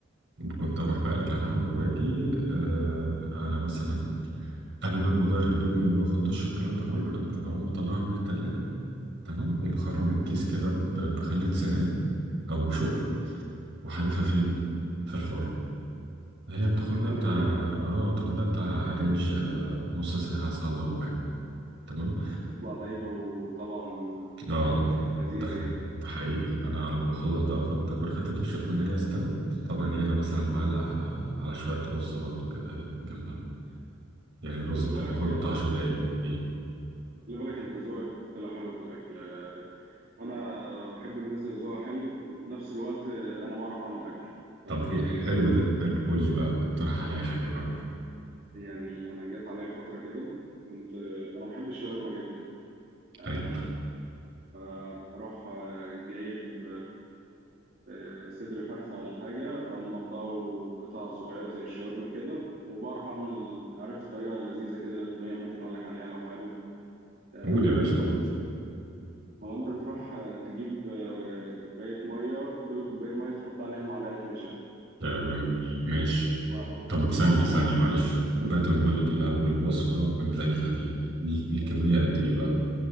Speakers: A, on the right; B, on the right.
A: كنت أروح بقى الجامعة وأجي آه على مثلا قبل بقى ما أغير هدومي وآخد دش والكلام ده كله لأ أنا أقوم مطلعها من التلاجة تمام ومخرم الكيس كده ب- بخلة سنان أو بشوكة وحادفها فين؟ في الفرن هي بتاخد
B: كلام
A: لها بتاع
B: جميل
A: اه بتاخد لها بتاع رينج آه، نص ساعة ساعة إلا ربع كده تمام
B: وبتطلع دايبة وطبعا
A: اه
B: الدنيا لذيذة
A: ده
B: جدا
A: ده حقيقي أنا على ما بخلص بقى آخد تاكل خدت دش تكون هي استوت طبعا إيه أنا مثلا معلق على على شوية رز برضه كده إيه جنبها يعني الرز
B: خلي بالك
A: بتاع بياخد بتاع 10 دقايق إيه
B: خلي بالك انت ذوقك طلع حلو في الأكل وأنا بحب الناس اللي ذوقها حلو وفي نفس الوقت أنا بعرف أعمل أكل ف
A: طب إيه حلو ده حلو قول لي بقى اقترح عليا حاجة أجربها
B: يعني أنا جات عليا فترة كده كنت أنا بحب الشاورما جدا آه،
A: حلو
B: فأروح آه، جايب آه، صدر فرخة ولا حاجة أقوم مقطعه قطع صغيرة زي الشاورما كده وبعرف أعمل عرفت طريقة لذيذة كده للتومية ممكن أقول لك عليها لو حابب آه،
A: قول يا باشا قول
B: هو انت بتروح آه، تجيب آه، كوباية مية كل كوباية مية تحط عليها معلقة نشا
A: ده جميل ماشي
B: و- وترفعها
A: طب ثانية ثانية معلش كوباية المية
B: م-
A: دي أول وصفة بنجهزها دي دي دي كمية
B: أيوة.
A: قد إيه بقى؟